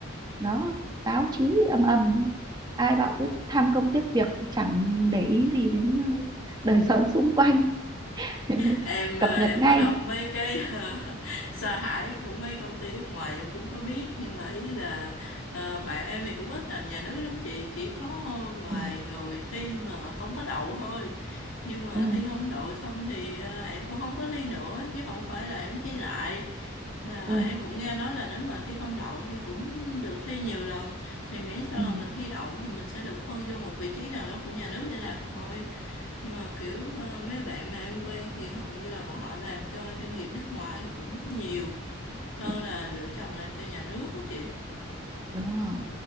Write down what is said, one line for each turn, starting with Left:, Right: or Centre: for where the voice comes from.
Right: Đó, báo chí ầm ầm ai bảo cứ tham công tiếc việc chẳng để ý gì đến ờ, đời <laughs> sống xung quanh. <laughs>
Left: em ờ,
Right: Cập
Left: em
Right: nhật ngay.
Left: có đọc mấy cái ờ, <laughs> sa thải của mấy công ty nước ngoài em cũng có biết nhưng mà ý là ờ, bạn em thì cũng ít làm nhà nước lắm chị chỉ có vài
Right: Ừ,
Left: người thi mà không có đậu thôi nhưng mà
Right: ừ,
Left: thi không đậu xong thì ờ, em cũng không có thi nữa chứ không phải là em thi lại là
Right: ừ,
Left: em cũng nghe nói là nếu mà thi không đậu thì cũng được thi nhiều lần thì miễn sao
Right: ừ,
Left: là mình thi đậu thì mình sẽ được phân vô một vị trí nào đó của nhà nước để làm thôi nhưng mà kiểu ờ, mấy bạn mà em quen thì hầu như là bọn họ làm cho doanh nghiệp nước ngoài thì cũng nhiều hơn
Right: ừ,
Left: là lựa chọn làm cho nhà nước đó chị
Right: đúng rồi.